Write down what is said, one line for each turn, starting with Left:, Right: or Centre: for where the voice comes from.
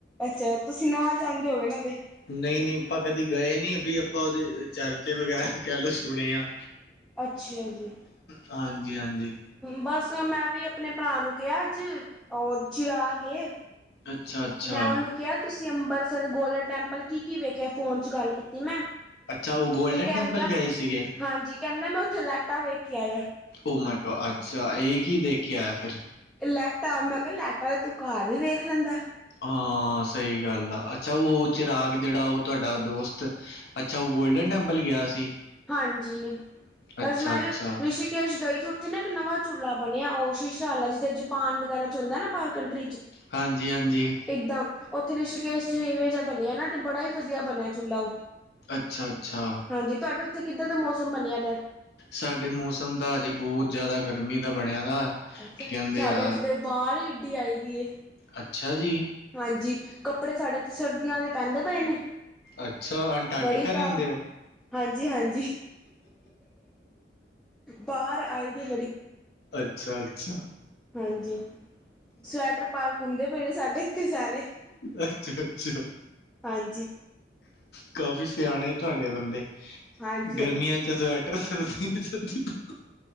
Centre: ਅੱਛਾ ਤੁਸੀ ਨਾਲ ਜਾਂਦੇ ਹੋਗੇ ਨਾ ਓਦੇ।
Left: ਨਈ-ਨਈ ਆਪਾਂ ਕਦੇ ਗਏ ਨੀ‌ ਬੀ ਆਪਾਂ ਓਦੇ ਚਰਚੇ ਵਗੈਰਾ ਕੈ ਲਓ ਸੁਣੇ ਆ।
Centre: ਅੱਛਾ ਜੀ।
Left: ਹਾਂਜੀ-ਹਾਂਜੀ।
Centre: ਬਸ ਮੈਂ ਵੀ ਅਪਣੇ ਪਰਾ ਨੂੰ ਕੇਆ ਅੱਜ ਓ ਚਿਰਾਗ ਏ।
Left: ਅੱਛਾ ਅੱਛਾ
Centre: ਮੈਂ ਓਨੂੰ ਕੇਆ ਤੁਸੀ ਅੰਬਰਸਰ ਗੋਲਡਨ ਟੈਂਪਲ ਕੀ-ਕੀ ਵੇਖਿਆ ਫੋਨ ਚ ਗਾਲ ਕੀਤੀ ਮੈਂ,
Left: ਅੱਛਾ ਉਹ ਗੋਲਡਨ
Centre: ਤੇ ਕੈਂਦਾ,
Left: ਟੈਂਪਲ ਗਏ ਸੀਗੇ।
Centre: ਹਾਂਜੀ ਕੈਂਦਾ ਮੈਂ ਓਥੇ ਲੈਟਾਂ ਵੇਖ ਕੇ ਆਯਾ।
Left: ਓ ਮਾਈ ਗੋ ਅੱਛਾ, ਏ ਕੀ ਦੇਖ ਕੇ ਆਯਾ ਫੇਰ।
Centre: ਤੇ ਲੈਟਾਂ ਮੈਂ ਕਿਆ ਲੈਟਾਂ ਤੇ ਤੂੰ ਕਾੱਰ ਵੀ ਵੇਖ ਲੈਂਦਾ।
Left: ਆਹ ਸਹੀ ਗੱਲ ਆ ਅੱਛਾ ਓ ਚਿਰਾਗ ਜੇੜਾ ਓਹ ਤੁਆਡਾ ਦੋਸਤ ਅੱਛਾ, ਓਹ ਗੋਲਡਨ ਟੈਂਪਲ ਗਿਆ ਸੀ।
Centre: ਹਾਂਜੀ, ਬਸ
Left: ਅੱਛਾ
Centre: ਮੈਂ
Left: ਅੱਛਾ
Centre: ਵੀ ਰਿਸ਼ੀ ਕੇਸ਼ ਗਈ ਥੀ ਓਥੇ ਨਾ ਏਕ ਨਵਾਂ ਝੂਲਾ ਬਣਿਆ ਓ ਸ਼ੀਸ਼ਾ ਲਾ ਜਿੱਥੇ ਜਪਾਨ ਵਗੈਰਾ ਚ ਹੁੰਦਾ ਨਾ ਪਰ ਕੰਟਰੀ ਚ
Left: ਹਾਂਜੀ ਹਾਂਜੀ
Centre: ਏਦਾਂ, ਓਥੇ ਰਿਸ਼ਕੇਸ਼ ਜੀਵੇਂ ਈਵੇ ਜਿਆ ਬਣਿਆ ਨਾ ਤਾਂ ਬੜਾ ਈ ਵਧੀਆ ਬਣਿਆ ਝੂਲਾ ਓਹ
Left: ਅੱਛਾ-ਅੱਛਾ।
Centre: ਹਾਂਜੀ, ਤੁਆਡੇ ਓਥੇ ਕਿਦਾਂ ਦਾ ਮੌਸਮ ਬਣਿਆ ਦਾ?
Left: ਸਾਡੇ ਮੌਸਮ ਦਾ ਅਜੇ ਬੋਤ ਜਾਦਾ ਗਰਮੀ ਦਾ ਬਣਿਆ ਦਾ।
Centre: ਅੱਛਾ,
Left: ਕੀ ਕਹਿੰਦੇ
Centre: ਸਾਡੇ
Left: ਆ
Centre: ਅੱਜ ਏਥੇ ਬਾੜ ਈ ਏਡੀ ਆਈ ਦੀ ਏ।
Left: ਅੱਛਾ ਜੀ।
Centre: ਹਾਂਜੀ, ਕੱਪੜੇ ਸਾਡੇ ਤੇ ਸਰਦੀਆਂ ਦੇ ਪੈਂਦੇ ਪਏ ਨੇ,
Left: ਅੱਛਾ ਅੰਟਾਰਟੀਕਾ
Centre: ਬੜੀ
Left: ਰਹਿੰਦੇ
Centre: ਬਾ,
Left: ਹੋ
Centre: ਹਾਂਜੀ-ਹਾਂਜੀ। ਬਾਰ ਆਈ ਦੀ ਬੜੀ
Left: ਅੱਛਾ ਅੱਛਾ
Centre: ਹਾਂਜੀ, ਸਵੈਟਰ ਪਾ ਕੇ ਕੁੰਮਦੇ ਪਏ ਨੇ ਸਾਡੇ ਇੱਥੇ ਸਾਰੇ
Left: ਅੱਛਾ-ਅੱਛਾ।
Centre: ਹਾਂਜੀ
Left: ਕਾਫੀ ਸਆਣੇ ਤੁਆਡੇ ਬੰਦੇ,
Centre: ਹਾਂਜੀ
Left: ਗਰਮੀਆਂ
Centre: ਹਾਂਜੀ
Left: ਚ ਸਵੈ <inaudible>